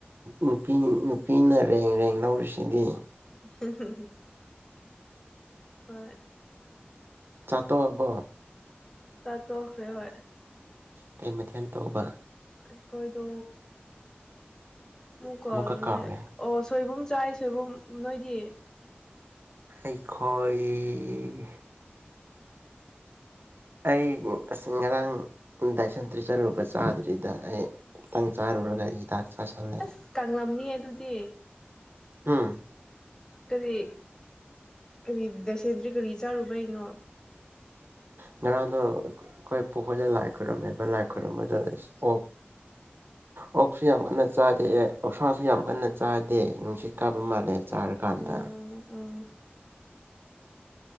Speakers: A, on the right; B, on the left.
A: ꯅꯨꯄꯤ ꯅꯨꯄꯤꯅ ꯔꯦꯡ ꯔꯦꯡ ꯂꯧꯔꯤꯁꯤꯗꯤ
B: ꯍꯝ ꯍꯣꯏ
A: ꯆꯥꯠꯇꯣꯕꯣ
B: ꯆꯇꯣꯛ ꯇꯦ ꯍꯣꯏ
A: ꯀꯩ ꯃꯊꯦꯜ ꯇꯧꯕ
B: ꯑꯩꯈꯣꯏꯗ ꯀꯃꯨꯀꯔ꯭ꯦꯅꯦ
A: ꯑꯃꯨꯛꯀ ꯀꯥꯎꯔꯦ
B: ꯑꯣ ꯁꯣꯏꯕꯨꯝ ꯆꯥꯏ ꯁꯣꯏꯕꯨꯝ ꯅꯣꯏꯗꯤ
A: ꯑꯩꯏ ꯑꯩ ꯉꯔꯥꯡ ꯗꯥꯏꯁꯟꯇ꯭ꯔꯤ ꯆꯠꯂꯨꯕ ꯆꯥꯗ꯭ꯔꯤꯗ ꯑꯩ ꯈꯤꯇꯪ ꯆꯥꯔꯨꯔꯒ ꯍꯤꯗꯥꯛ ꯆꯥꯥꯁꯜꯂꯦ
B: ꯑꯁ ꯀꯂꯝꯅꯤꯌꯦ ꯑꯗꯨꯗꯤ
A: ꯍꯝ
B: ꯀꯔꯤ ꯀꯔꯤꯗꯁꯦꯟꯗ꯭ꯔꯤ ꯀꯔꯤ ꯆꯥꯔꯨꯕꯩꯅꯣ
A: ꯉꯔꯥꯡꯗꯣ ꯑꯩꯈꯣꯏ ꯄꯨꯈꯣꯏꯗ ꯂꯥꯏ ꯈꯣꯏꯔꯨꯝꯃꯦꯕ ꯂꯥꯏ ꯈꯣꯏꯔꯝꯕꯗ ꯑꯣꯛ ꯑꯣꯛꯁꯨ ꯌꯥꯝ ꯀꯟꯅ ꯆꯥꯗꯦ ꯑꯦ ꯑꯣꯁꯥꯁꯨ ꯌꯥꯝ ꯀꯟꯅ ꯆꯥꯗꯦ ꯅꯨꯡꯁꯤꯠ ꯀꯥꯕ ꯃꯥꯜꯂꯦ ꯆꯥꯔꯀꯥꯟꯗ
B: ꯑꯣ ꯑꯣ